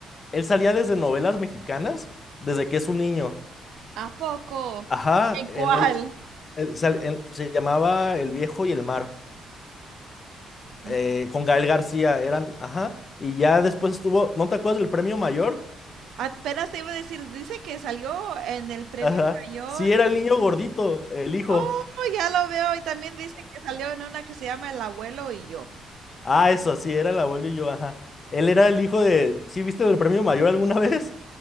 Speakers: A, on the left; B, on the right.
A: él salía desde novelas mexicanas desde que es un niño.
B: ¿A poco?
A: Ajá,
B: ¿En
A: el,
B: cuál?
A: el- el- sal- el- se llamaba El Viejo y el Mar, eh,
B: El
A: con Gael García, eran, ajá, y ya después estuvo, ¿no te acuerdas del premio mayor?
B: Apenas te iba a decir, dice que salió en
A: <laughs>
B: el premio
A: Ajá,
B: mayor.
A: sí, era el niño gordito, el hijo,
B: Oh, ya lo veo. Y también dice que salió en una que se llama El abuelo y yo.
A: ah, eso, sí, era el abuelo y yo, ajá, él era el hijo de, ¿sí viste el premio mayor alguna <laughs> vez?